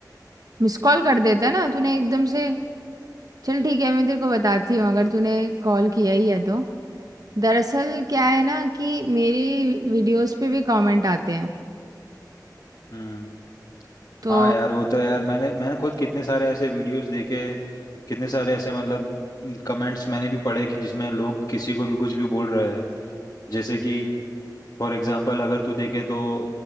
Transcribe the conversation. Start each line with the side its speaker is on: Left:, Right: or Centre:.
Right: मिस कॉल कर देता ना तूने एकदम से चल ठीक है मैं तेरे को बताती हूँ अगर तूने कॉल किया ही है तो दरअसल क्या है ना कि मेरी वीडियोस पे भी कमेंट आते हैं
Left: हम्म
Right: तो
Left: हाँ यार वो तो यार मैंने मैंने खुद कितने सारे ऐसे वीडियोस देखे कितने सारे ऐसे मतलब कमेंट्स मैंने भी पढ़े कि जिसमें लोग किसी को भी कुछ भी बोल रहे हैं जैसे कि फॉर एग्जाम्पल अगर तू देखे तो